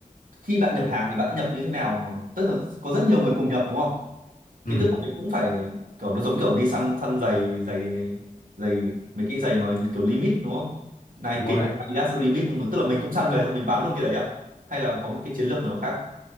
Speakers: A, on the right (about 70°); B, on the left (about 75°).
A: khi bạn nhập hàng thì bạn đã nhập như thế nào mà tức là có rất nhiều người cùng nhập đúng không?
B: ừ
A: thì tức là mình cũng phải kiểu nó giống kiểu đi săn săn giày giày giày mấy cái giày mà kiểu limit đúng không Nike
B: đúng rồi đấy
A: Adidas limit đúng không? tức là mình cũng săn về xong mình bán luôn cái đấy à hay là có một cái chiến lược nào khác